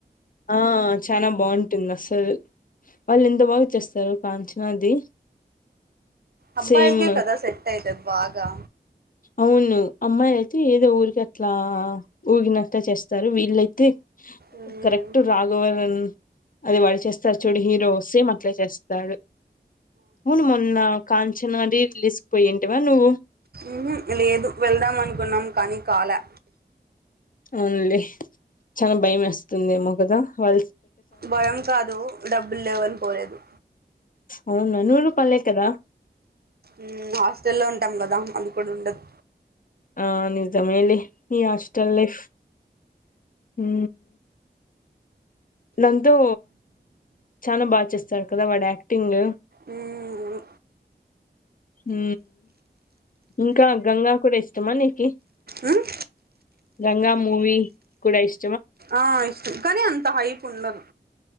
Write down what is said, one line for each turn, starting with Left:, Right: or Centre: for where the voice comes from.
Left: ఆ చాలా బాగుంటుంది అస్సలు వాళ్ళు ఎంత బాగా చేస్తారు కాంచనాది.
Right: అబ్బాయిలకే
Left: సేమ్
Right: కదా సెట్ అయితది బా గా
Left: అవును అమ్మాయి ఏదో ఊరికి అట్లా ఊగినట్లా చేస్తారు. వీళ్ళయితే
Right: మ్మ్
Left: కరెక్ట్ రాఘవరన్ అది వాడి చేస్తారు. చూడు హీరో సేం అట్లా చేస్తాడు అవును మొన్న కాంచనా రీ రిలీజ్ పోయేంటివా నువ్వు.
Right: ఊహు లేదు వెళ్దాం అనుకున్నాం కానీ కాలె
Left: అవునులే చాల భయం వేస్తుందిమో కదా వాళ్ళ
Right: భయం కాదు డబ్బులు లేవని పోలేదు.
Left: అవును నూరు రూపాయలే కదా.
Right: ఊ హాస్టల్ల్లో ఉంటాం కదా అది కూడా ఉండదు.
Left: ఆ నిజమేలే ఈ హస్టల్ లైఫ్ ఊ నందు చనా బాగా చేస్తారు కదా వాడు యాక్టింగ్.
Right: మ్మ్
Left: ఊ ఇంకా గంగా కూడా ఇష్టమా నీకి
Right: మ్మ్
Left: గంగా మూవీ కూడా ఇస్
Right: ఆ ఇష్టం కానీ అంత హైపు ఉండదు.